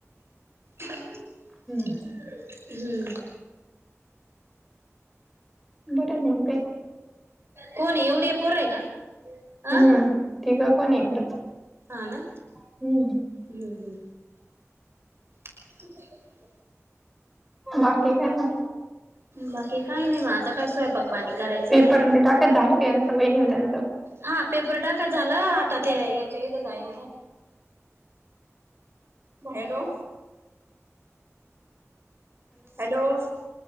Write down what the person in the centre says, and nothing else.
हम्म,
बरं मग काय,
हम्म तिघं पण इकडंच
हम्म
बाकी काय नाही.
पेपर
ते टाेक, झाल, यांच बहीणी त्यांचं,